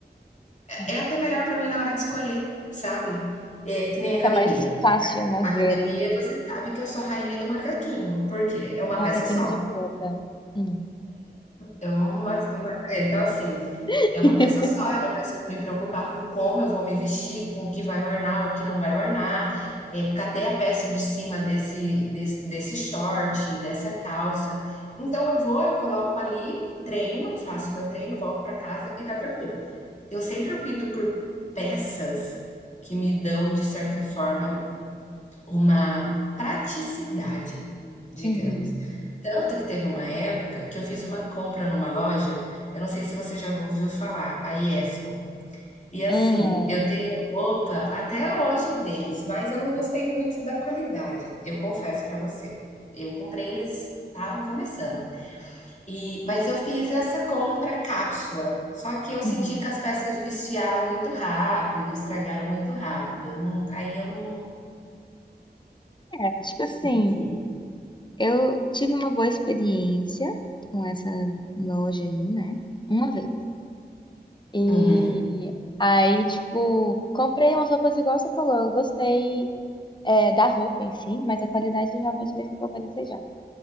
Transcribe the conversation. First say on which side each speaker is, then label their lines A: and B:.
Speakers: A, on the left (about 40°); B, on the left (about 25°).
A: é
B: É.
A: é até melhor para mim na hora de escolher, sabe. Eh, que nem
B: fica
A: academia.
B: mais fácil, né,
A: Academia,
B: ver ali.
A: você sabe que eu sou a rainha do macaquinho, porque é uma
B: Ah,
A: peça
B: caquinho
A: só.
B: de planta. Hum.
A: É uma uma é, então assim,
B: <laughs>
A: é uma peça só, eu não preciso me preocupar com como eu vou me vestir, com o que vai ornar, o que não vai ornar, eh, cadê a peça de cima desse desse desse short, dessa calça. Então eu vou, eu coloco ali, treino, faço meu treino, volto para casa e tá tranquilo. Eu sempre opto por peças que me dão, de certa forma uma praticidade, digamos.
B: Uhum.
A: Tanto que teve uma época que eu fiz uma compra numa loja, eu não sei se você já ouviu falar, a Iesco. E assim,
B: Hum.
A: eu tenho roupa até hoje deles, mas eu não gostei muito da qualidade, eu confesso pra você. Eu comprei, eles estavam começando. E mas eu fiz essa compra cápsula, só que eu senti
B: Uhum.
A: que as peças desfiaram muito rápido, estragaram muito rápido, eu não aí eu não
B: É, tipo assim,
A: quis.
B: eu tive uma boa experiência com essa loja aí, né? Uma vez. E
A: Uhum.
B: aí, tipo, comprei umas roupas igual você falou. Eu gostei, é, da roupa em si, mas a qualidade realmente deixa um pouco a desejar.